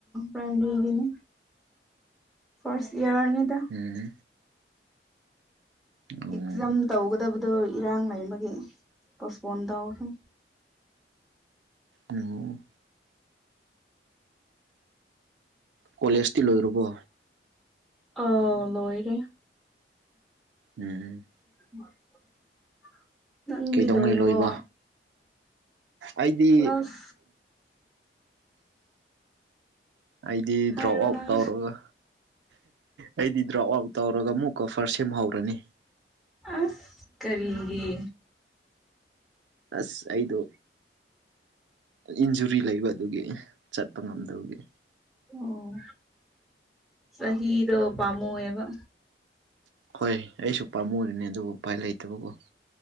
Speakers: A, in the centre; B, on the right (about 80°).
A: ꯥꯏꯔꯤꯒꯤꯅꯤ ꯐꯔꯁ ꯏꯌꯥꯔꯅꯤꯗ
B: ꯎꯝ ꯑꯣ
A: ꯑꯦꯛꯖꯝ ꯇꯧꯒꯗ ꯑ ꯏꯔꯥꯡ ꯂꯩꯕꯒꯤ ꯄꯣꯁꯄꯣꯟ ꯇꯧꯔꯦ
B: ꯑꯣ ꯀꯣꯂꯦꯖꯇꯤ ꯂꯣꯏꯔꯕꯣ
A: ꯑꯥ ꯂꯣꯏꯔꯦ
B: ꯎꯝ
A: <inaudible>
B: ꯀꯩꯗꯧꯉꯩ
A: ꯂꯣꯏꯔꯕꯣ
B: ꯂꯣꯏꯕ ꯑꯩꯗꯤ
A: ꯑꯁ
B: ꯑꯩꯗꯤ
A: ꯍꯥꯏꯔꯣ
B: ꯗ꯭ꯔꯣꯞ ꯑꯥꯎꯠ
A: ꯅꯪ
B: ꯇꯧꯔꯒ ꯑꯩꯗꯤ ꯗ꯭ꯔꯣꯞ ꯑꯥꯎꯠ ꯇꯧꯔꯒ ꯃꯨꯛꯀꯐꯔ ꯁꯦꯝꯍꯧꯔꯅꯤ
A: ꯑꯁ ꯀꯔꯤꯒꯤ
B: ꯑꯁ ꯑꯩꯗꯣ ꯏꯟꯖꯨꯔꯤ ꯂꯩꯕꯗꯨꯒꯤ ꯆꯠ ꯠꯄ ꯉꯝꯗꯕꯒꯤ
A: ꯑꯣ ꯁꯍꯤꯔꯣ ꯄꯃꯨ ꯑꯦꯕ
B: ꯍꯣꯏ ꯑꯩꯁꯨ ꯄꯥꯝꯃꯨꯔꯤꯅꯦ ꯑꯗꯨꯕꯨ ꯎꯄꯥꯏ ꯂꯩꯇꯕꯀꯣ